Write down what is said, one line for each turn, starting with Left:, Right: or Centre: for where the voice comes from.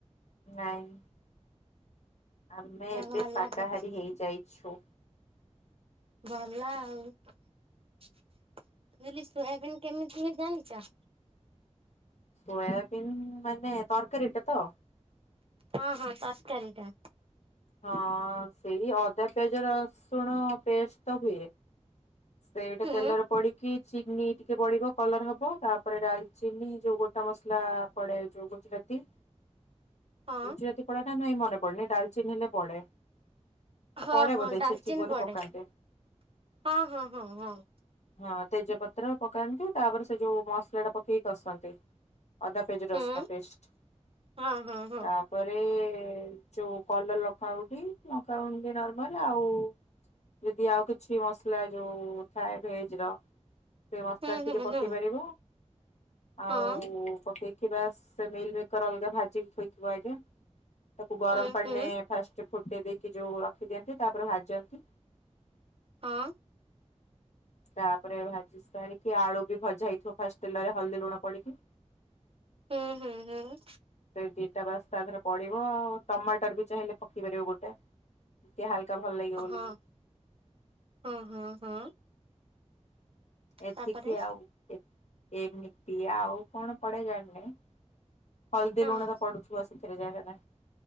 Left: ନାଇଁ ଆମେ ଏବେ
Right: ଭଲ
Left: ଶାକାହାରୀ
Right: କଥା।
Left: ହେଇଯାଇଛୁ।
Right: ଭଲ ଆଉ ମୁଁ କହିଲି ସୋୟାବିନ କେମିତି ହୁଏ ଜାଣିଛ।
Left: ସୋୟାବିନ ମାନେ ତରକାରୀଟା ତ?
Right: ହଁ ହଁ ତରକାରୀ ଟା।
Left: ହଁ ସେଇ ଅଦା ପିଆଜ ରସୁଣ ପେଷ୍ଟ ତ ହୁଏ। ସେଇଟା
Right: ହୁଁ
Left: ତେଲରେ ପଡିି କି ଚିନି ଟିକେ ପଢ଼ିବ କଲର୍ ହବ ତାପରେ ଡାଲଚିନି ଯୋଉ ଗୋଟା ମସଲା ପଡେ ଯୋଉ ଗୁଜୁରାତି
Right: ହଁ
Left: ଗୁଜୁରାତି ପଡେ ନା ନାଇଁ ମନେ ପଡେନି ଡ଼ାଲିଚିନି ହେଲେ ପଡେ।
Right: ହଁ
Left: ପଡେ
Right: ହଁ
Left: ବୋଧେ
Right: ଡାଲିଚିିନି
Left: ଛେଚିକି ବୋଧେ
Right: ପଡେ
Left: ପକାନ୍ତି।
Right: ହଁ ହଁ ହଁ ହଁ
Left: ହଁ ତେଜପତ୍ର ପକାନ୍ତି ତାପରେ ସେ ଯୋଉ ମସଲା ଟା ପକେଇକି କଷନ୍ତି ଅଦା ସେ ଯୋଉ ରସୁଣ
Right: ହୁଁ
Left: ପେଷ୍ଟ ତା
Right: ହଁ ହଁ ହଁ
Left: ତାପରେ ଯୋଉ କଲର ଲଙ୍କା ହଉ କି ଲଙ୍କା ଗୁଣ୍ଡ ନର୍ମାଲ ଆଉ ଯଦି ଆଉ କିଛି ମସଲା ଯୋଉ ଥାଏ ଭେଜର ସେ ମସଲା
Right: ହୁଁ
Left: ଟିକେ
Right: ହୁଁ
Left: ପକେଇପାରିବ
Right: ହୁଁ ହଁ
Left: ଆଉ ପକେଇ ବାସେ ସେ ମିଲିମିକର ଅଲଗା ଭାଜିିକି ଥୋଇଥିବ ଆଗେ ତାକୁ ଗରମ
Right: ହୁଁ
Left: ପାଣିରେ
Right: ହୁଁ
Left: ଫାଷ୍ଟେ ଫୁଟେଇ ଦେଇକି ଯୋଉ ରଖିଦିଅନ୍ତି ତାପରେ ଭାଜନ୍ତି।
Right: ହଁ
Left: ତାପରେ ଭାଜି ସାରିକି ଆଳୁ ବି ଭଜା ହେଇଥିବ ଫାଷ୍ଟ ତେଲରେ ହଳଦୀ, ଲୁଣ ପଡିକି।
Right: ହୁଁ ହୁଁ ହୁଁ
Left: ସେ ଦିଟା ବାସ୍ ତା ଦେହେରେ ପଡିବ ଟମାଟର ବି ଚାହିଁଲେ ପକେଇପାରିବ ଗୋଟେ ଟିକେ ହାଲକା ଭଲ ଲାଗିବ ବୋଲ
Right: ହଁ
Left: କି
Right: ହଁ ହଁ ହଁ
Left: ଏତିକି
Right: ତାପରେ
Left: ଆଉ ଏତି ଏମିତି ଆଉ କଣ ପଡେ ଜାଣିନି ହଳଦୀ,
Right: ହଁ
Left: ଲୁଣ
Right: ହଁ
Left: ତ ପଡୁଛି। ତୁ ସେଥିରେ ଯାଇ